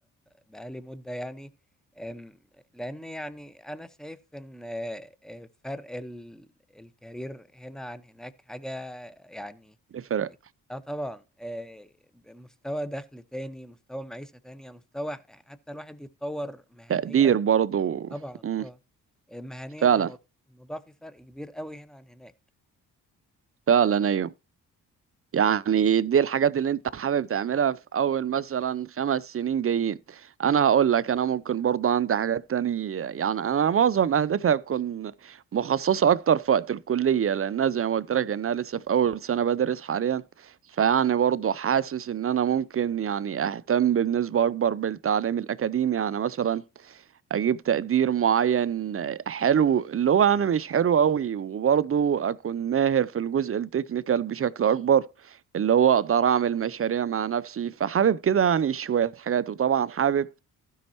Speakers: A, in the centre; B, on the right (about 30°).
A: بقالي مدة يعني آم، لأن يعني أنا شايف إن آه، آه، فرق ال- الكارير هنا عن هناك حاجة يعني
B: يفرق
A: اه طبعا آه، مستوى دخل تاني مستوى معيشة تانية مستوى حتى الواحد يتطور مهنيا
B: تقدير برضو
A: طبعا
B: مم.
A: طبعا آه، مهنيا
B: فعلا
A: الموضوع الموضوع فيه فرق كبير قوي هنا عن هناك
B: فعلا ايوه يعني دي الحاجات اللي انت حابب تعملها في اول مثلا خمس سنين جايين انا هقول لك انا ممكن برضه عندي حاجات تانية يعني انا معظم اهدافي هتكون مخصصة اكتر في وقت الكلية لانها زي ما قلت لك انها لسه في اول سنة بدرس حاليا فيعني برضه حاسس ان انا ممكن يعني اهتم بنسبة اكبر بالتعليم الاكاديمي يعني مثلا اجيب تقدير معين حلو اللي هو انا مش حلو قوي وبرضه اكون ماهر في الجزء التكنيكال بشكل اكبر اللي هو اقدر اعمل مشاريع مع نفسي فحابب كده يعني شوية حاجات وطبعا حابب